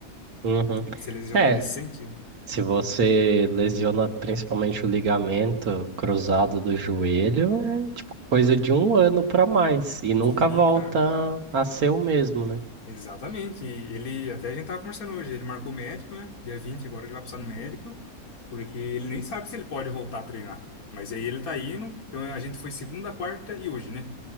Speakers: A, on the right (about 75°); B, on the left (about 75°).
A: Uhum.
B: De se lesionar
A: É,
B: nesse sentido.
A: se você lesiona principalmente o ligamento cruzado do joelho, é tipo coisa de um ano pra mais e nunca
B: Sim,
A: volta
B: cara.
A: a ser o mesmo, né?
B: Exatamente. E Ele, até a gente tava conversando hoje, ele marcou médico, né? Dia 20, agora ele vai passar no médico, porque ele nem sabe se ele pode voltar a treinar. Mas aí ele tá indo. Então a gente foi segunda, quarta e hoje, né?